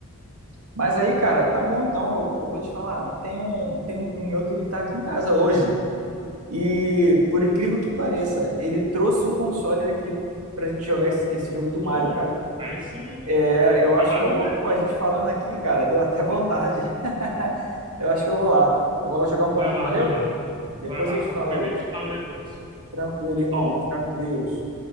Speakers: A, on the right; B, on the right.
A: Mas aí, cara, tá bom então. Eu, eu vou te falar, tem um, tem um primo meu que ele tá aqui em casa hoje. E, por incrível que pareça, ele trouxe um console aqui pra gente jogar esse, esse jogo do
B: Pô,
A: Mario, cara.
B: aí sim, hein?
A: É, eu
B: Vai
A: acho que eu
B: jogar
A: vou. Pô,
B: então,
A: a gente
B: mano.
A: falando aqui, cara, deu até vontade. <laughs> Eu acho que eu vou lá. Eu vou lá jogar um pouquinho,
B: Vai lá,
A: valeu?
B: mano.
A: Depois
B: Vai lá.
A: eu te
B: Qualquer
A: falo
B: coisa
A: aí.
B: a gente se fala depois.
A: Tranquilo, irmão.
B: Falou.
A: Fica com Deus.